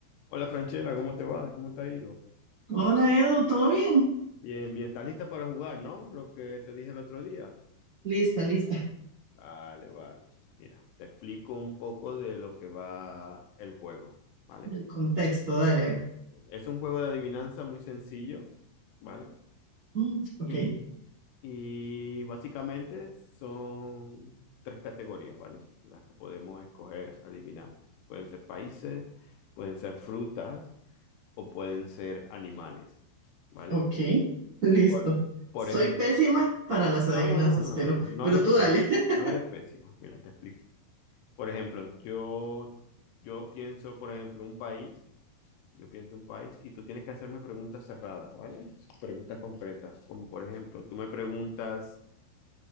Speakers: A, on the left; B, on the right.
A: Hola Franchela, ¿cómo te va? ¿Cómo te ha ido?
B: Hola Edu, ¿todo bien?
A: Bien, bien, ¿estás lista para jugar, no? Lo que te dije el otro día.
B: Lista, lista.
A: Vale, vale. Mira, te explico un poco de lo que va el juego, ¿vale?
B: El contexto, dale, a ver.
A: Es un juego de adivinanza muy sencillo, ¿vale?
B: Mm, ok,
A: Y, y básicamente son tres categorías, ¿vale? Las que podemos escoger adivinar. Pueden ser países, pueden ser frutas o pueden ser animales, ¿vale?
B: ok, listo.
A: Por, por
B: Soy
A: ejemplo.
B: pésima para las adivinanzas,
A: No, no, no, no,
B: pero,
A: no, no
B: pero
A: eres
B: tú dale.
A: pésimo,
B: <laughs>
A: no eres pésimo. Mira, te explico. Por ejemplo, yo, yo pienso, por ejemplo, un país, yo pienso un país y tú tienes que hacerme preguntas cerradas, ¿vale? Preguntas concretas, como por ejemplo, tú me preguntas,